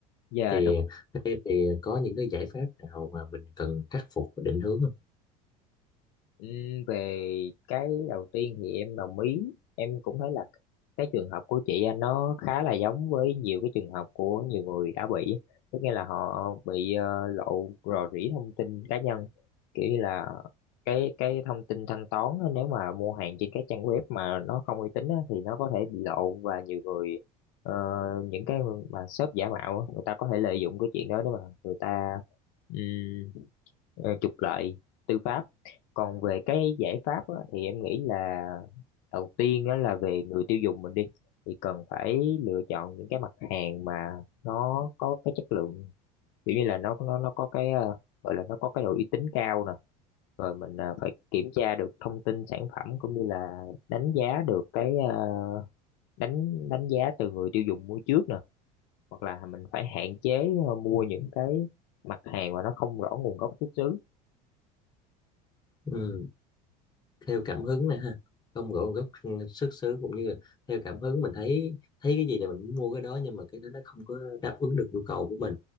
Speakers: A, on the left (about 65°); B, on the left (about 20°).
A: giờ
B: thì thế thì có những cái giải pháp nào mà mình cần khắc phục và định hướng không
A: Ừ, về cái đầu tiên thì em đồng ý em cũng thấy là cái trường hợp của chị anh nó khá là giống với nhiều cái trường hợp của nhiều người đã bị tức nghĩa là họ bị ờ, lộ rò rỉ thông tin cá nhân kiểu như là cái cái thông tin thanh toán á, nếu mà mua hàng trên cái trang web mà nó không uy tín á, thì nó có thể bị lộ và nhiều người ờ, những cái mà shop giả mạo á, người ta có thể lợi dụng cái chuyện đó để mà người ta ừm, ờ, trục lợi tư pháp còn về cái giải pháp á, thì em nghĩ là đầu tiên á, là về người tiêu dùng mình đi thì cần phải lựa chọn những cái mặt hàng mà nó có cái chất lượng kiểu như là nó nó nó có cái ờ, gọi là nó có cái độ uy tín cao nè rồi mình ờ, phải kiểm tra được thông tin sản phẩm cũng như là đánh giá được cái ờ, đánh đánh giá từ người tiêu dùng mua trước nè hoặc là mình phải hạn chế ờ, mua những cái mặt hàng mà nó không rõ nguồn gốc xuất xứ
B: ừ, theo cảm hứng nè ha không gõ gốc ừ, xuất xứ cũng như là theo cảm hứng mình thấy thấy cái gì là mình mua cái đó nhưng mà cái đó nó không có đáp ứng được nhu cầu của mình